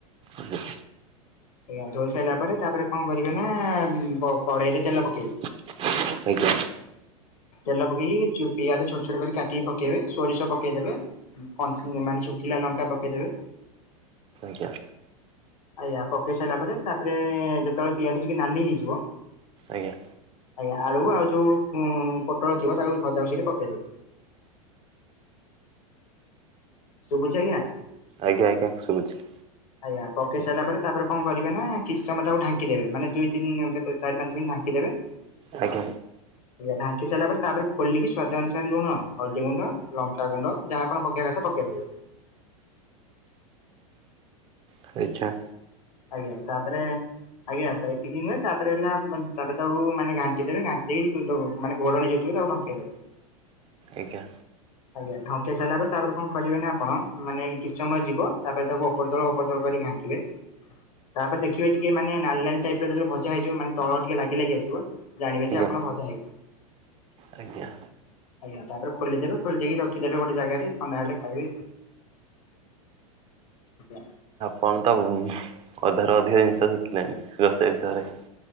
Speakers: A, on the right; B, on the left.
A: ଆଜ୍ଞା।
B: ଆଜ୍ଞା ଧୋଇ ସାଇଲା ପରେ ତାପରେ କଣ କରିବେ ନା ବ କଡ଼େଇରେ ତେଲ ପକେଇବେ।
A: ଆଜ୍ଞା।
B: ତେଲ ପକେଇକି ଚୁ-ପିଆଜ ଛୋଟ ଛୋଟ କରି କାଟିକି ପକେଇବେ। ସୋରିଷ ପକେଇଦେବେ ଉ କଞ୍ଚ୍ ମାନେ ଶୁଖିଲା ଲଙ୍କା ପକେଇଦବେ।
A: ଜ୍ଞା
B: ଆଜ୍ଞା ପକେଇ ସାଇଲା ପରେ ତାପରେ ଯେତେବେଳେ ପିଆଜ ଟିକେ ନାଲି ହେଇଯିବ
A: ଆଜ୍ଞା
B: ଆଜ୍ଞା ଆଳୁ ଆଉ ଯୋଉ ଉଁ ପୋଟଳ ଥିବ ତାକୁ ଭଜାକୁ ସେଇଠି ପକେଇଦେବେ। ଶୁଭୁଚି ଆଜ୍ଞା।
A: ଆଜ୍ଞା ଆଜ୍ଞା ଶୁଭୁଚି।
B: ଆଜ୍ଞା ପକେଇ ସାଇଲା ପରେ ତାପରେ କଣ କରିବେ ନା କିଛି ସମୟ ତାକୁ ଢାଙ୍କିଦେବେ ମାନେ ଦୁଇ ତିିନି ଆଉ କେତେ ଚାରି ପାଞ୍ଚ ମିନଟି ଢାଙ୍କିଦେବେ।
A: ଆଜ୍ଞା।
B: ଆଜ୍ଞା ଢାଙ୍କି ସାରିଲା ପରେ ତାପରେ ଖୋଲିକି ସ୍ଵାଦ ଅନୁସାରେ ଲୁଣ, ହଳଦୀ ଗୁଣ୍ଡ, ଲଙ୍କା ଗୁଣ୍ଡ, ଯାହା ଆପଣ ପ ପକେଇବା କଥା ପକେଇଦେବେ।
A: ତୋ ଇଚ୍ଛା।
B: ଆଜ୍ଞା ତାପରେ ଆଜ୍ଞା ତ ଏତିକି ନୁହେଁ ତାପରେ ହେଲା ମାନ୍ ତାପରେ ତାକୁ ମାନେ ଘାଣ୍ଟିଦେବେ ଘାଣ୍ଟି ଦେଇକି କୁ ଯୋଉ ମାନେ ଘୋଡ଼ଣୀ ଯୋଉ ଥ ଥିବ ତାକୁ ଢଙ୍କେଇଦେବେ।
A: ଆଜ୍ଞା।
B: ଆଜ୍ଞା ଢଙ୍କେଆ ସାରିଲା ପରେ ତାପରେ କଣ କରିବେ ନା ଆପଣ ମାନେ କିଛି ସମୟ ଯିବ ତାପରେ ତାକୁ ଓପର ତଳ ଓପର ତଳ କରିକି ଘାନ୍ ଥିବେ ତାପରେ ଦେଖିବେ ଟିକେ ମାନେ ନାଲି ନାଲି ଟାଇପର ଯେତେବେଳ ଭଜାହେଇଯିବ ମାନେ ତଳ ଟିକେ ଲାଗି ଲାଗି ଆସିବ ଜାଣିବେ
A: ଆଜ୍ଞା
B: ଯେ ଆପଣ ଭଜା ହେଇଗାଲା
A: ଆଜ୍ଞା
B: ଆଜ୍ଞା ତାପରେ ଖୋଲିଦେବେ। ଖୋଲିଦେଇକି ରଖିଦେବେ ଗୋଟେ ଜାଗାରେ ଥଣ୍ଡା ହେଲେ ଖାଇବେ। ଆଜ୍ଞା
A: କଣ ତ ଉଁ ଅଧାରୁ ଅଧିକ ଜିନିଷ ଶିଖିଲେଣି ରୋଷେଇ ବିଷୟରେ।